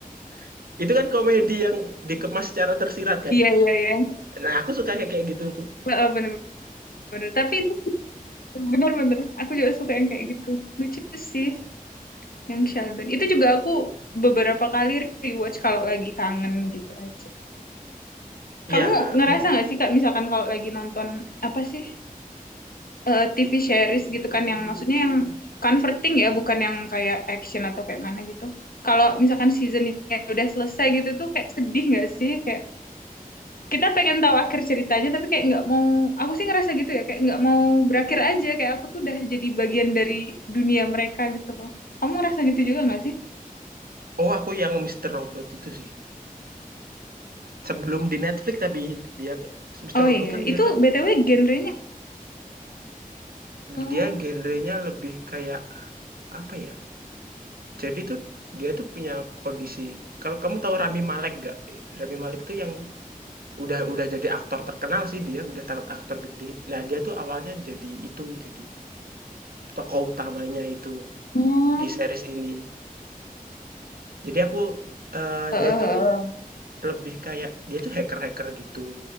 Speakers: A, on the right; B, on the left.
A: <laughs> Itu kan komedi yang dikemas secara tersirat kan.
B: Iya, iya, iya.
A: Nah, aku suka kayak kayak gitu tuh.
B: Heeh, bener-bener. Tapi itu bener-bener, aku juga suka yang kayak gitu. Lucu sih yang Sheldon. Itu juga aku beberapa kali rewatch kalau lagi kangen gitu aja. Kamu
A: Ya,
B: ngerasa
A: aku juga.
B: nggak sih Kak, misalkan kalau lagi nonton apa sih eh, TV series gitu kan, yang maksudnya yang comforting ya, bukan yang kayak action atau kayak mana gitu. Kalau misalkan seasonnya udah selesai gitu tuh kayak sedih nggak sih? Kayak kita pengen tahu akhir ceritanya tapi kayak nggak mau aku sih ngerasa gitu ya kayak nggak mau berakhir aja kayak aku tuh udah jadi bagian dari dunia mereka gitu loh kamu ngerasa gitu juga nggak sih
A: Oh, aku yang Mister Robot itu sih. Sebelum di Netflix tapi dia Mister
B: oh
A: Robot
B: iya
A: kan dia
B: itu
A: kan
B: btw genrenya oh
A: dia genrenya lebih kayak apa ya, jadi tuh dia tuh punya kondisi kalau kamu tahu Rami Malek nggak? Rami Malek tuh yang Udah udah jadi aktor terkenal sih dia, udah tar aktor gede. Nah, dia tuh awalnya jadi itu, jadi tokoh utamanya itu
B: oh
A: di series ini. Jadi aku, eee,
B: Heeh,
A: dia
B: heeh.
A: tuh lebih kayak dia tuh hacker-hacker gitu.